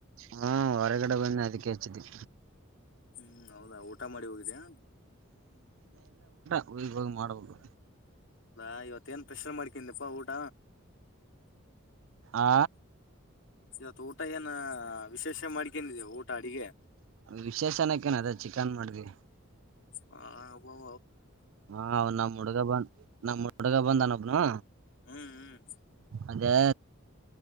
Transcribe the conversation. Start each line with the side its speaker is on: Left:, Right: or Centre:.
Right: ಹ್ಮ ಹೊರಗಡೆ ಬಂದ ಅದಕ್ಕೆ ಹಚ್ಚಿದ್ದಿ
Left: ಹ್ಮ್ ಹೌದಾ ಊಟ ಮಾಡಿ ಹೋಗಿದಯ
Right: ೋಗ ಹೋಗ ಮಾಡಬುದು
Left: ನಾ ಇವತ್ತೇನ್ ಪ್ರೆಷರ್ ಮಾಡ್ಕಿಂದಪ್ಪಾ ಊಟ
Right: ಆ
Left: ಇತ್ತು ಊಟ ಏನ ವಿಶೇಷ ಮಾಡ್ಿಕೊಂಡಿದ ಊಟ ತಾಡಿಗೆ
Right: ವಿಶೇಷಣಕ್ಕೆೇ ನ ಅದ ಚಿಕನ್ ಮಾಡಿದ್ವಿ
Left: ಹಾ ಅಬೌ
Right: ಹಾ ನಮ್ಮ್ ಹುಡುಗ ಬಂದ ನಮ್ಮ ಹುಡಗ ಬಂದನಬ್ನು.
Left: ಹ್ಮ್ ಹ್ಮ್
Right: ಅದೇ